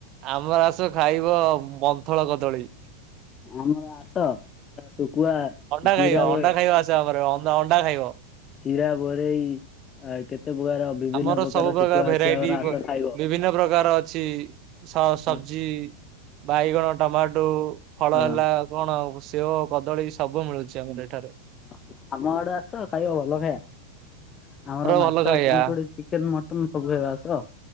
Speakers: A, on the right; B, on the left.
A: ଆମର ଆସ ଖାଇବ ମନ୍ଥଳ କଦଳୀ।
B: ଆମର ଆସ ଆ ଶୁଖୁଆ
A: ଅଣ୍ଡା
B: ଚିରା
A: ଖାଇବ
B: ବୋ
A: ଅଣ୍ଡା ଖାଇବ ଆସ। ଆମର ଅଣ୍ଡା ଖାଇବ।
B: ଚିରା ବୋରେଇ ଆ କେତେ ପ୍ରକାର ବିଭିନ୍ନ
A: ଆମର ସବୁ ପ୍ରକାର
B: ଶୁଖୁଆ
A: ଭେରାଇଟି
B: ଅଛି ଆମର ଆସ
A: ବ
B: ଖାଇବ।
A: ବିଭିନ୍ନ ପ୍ରକାର ଅଛି। ସ ସବଜି
B: ହଁ
A: ବାଇଗଣ ଟମାଟୁ ଫଳ
B: ହଁ
A: ହେଲା। କଣ ଆଉ ସେଓ କଦଳୀ ସବୁ ମିଳୁଚି ଆମର ଏଠାରେ।
B: ଓ ଆମ ଆଡେ ଆସ ଖାଇବ ଭଲ ଖାଇବା ଆମର ମାଛ
A: ଭଲ ଖାଇବା
B: ଚିଙ୍କୁଡି ସି ଚିକେନ ମଟନ ସବୁ ହେବା ଆସ।